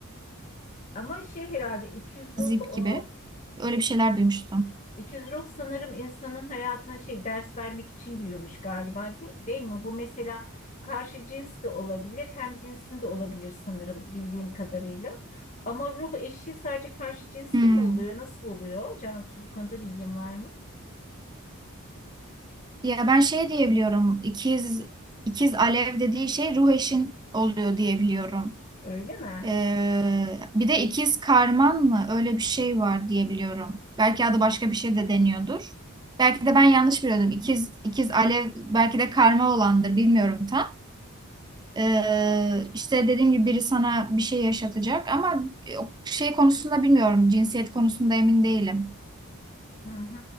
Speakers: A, on the left (about 35°); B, on the right (about 20°).
A: <laughs> Ama şey herhalde ikiz ruh
B: zip
A: o
B: gibi. Öyle bir şeyler duymuştum.
A: İkizruh sanırım insanın hayatına şey ders vermek için giriyormuş galiba de- değil mi? Bu mesela karşı cins de olabilir, hem cinsin de olabilir sanırım bildiğim kadarıyla. Ama ruh eşi sadece karşı cinste
B: Hmm.
A: mi oluyor? Nasıl oluyor? Cansu bu konuda bilgin var mı?
B: Ya ben şey diyebiliyorum. İkiz ikiz alev dediği şey ruh eşin oluyor diyebiliyorum.
A: Öyle mi?
B: Ee, bir de ikiz karman mı? Öyle bir şey var diyebiliyorum. Belki adı başka bir şey de deniyordur. Belki de ben yanlış biliyordum. İkiz ikiz alev belki de karma olandır. Bilmiyorum tam. Ee, işte dediğim gibi biri sana bir şey yaşatacak ama e, o şey konusunda bilmiyorum. Cinsiyet konusunda emin değilim.
A: Hı hı.